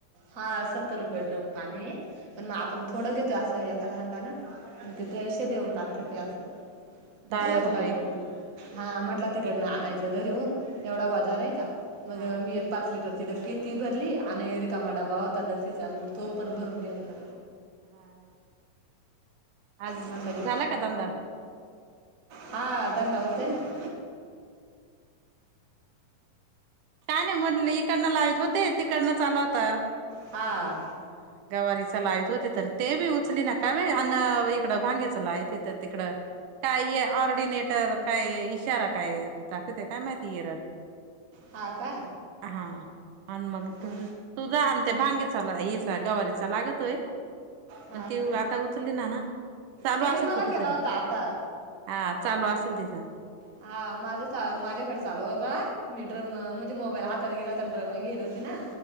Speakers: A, on the right (about 55°); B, on the right (about 75°).
A: हा सत्तर रुपये ड्रम पाणी आहे पण मग आपण थोडं घेतोय असं एखाद हांडा ना मग तिथे असे देऊन टाकत ते असं
B: दहा
A: म म्हटलं
B: रुपये किती
A: हा म्हंटला तिकडनं आणायचं घरी होऊन एवढा वजन आहे का मग
B: हा
A: मी एक पाच लिटर ि डक्की ती भरली आणि रिकामा डाबा होता लसीचा म तो पण भरून घेतला
B: हा आज
A: म्हटलं की
B: झाला का ंदा
A: हा धंदा होते ना
B: काय नाही म्हटले इकडनं लावत होते तिकडनं चालू होता
A: हां
B: हा गवारी च लावत होते तर ते बी उचली ना का व अन् इकडं भांग्याच लावत थ तिकड काही ऑर्डिनेटर काय इशारा काय दाखवतेय काय माहिती येरर
A: हा का
B: हा आणि मग
A: हा
B: तू तू जाते भांगेचा हचा गवारीचा लागत
A: हा
B: पण ती
A: ना
B: आता उचलली ना ना चालू
A: त्याने
B: असेल
A: मला
B: कुठ
A: केला
B: तरी
A: होता आता
B: हा चालू असेल तिचां
A: हा माझ माझ्याकडे चालू होता मीड्र मोबाईल हाता गेला तंड मगेर होती ना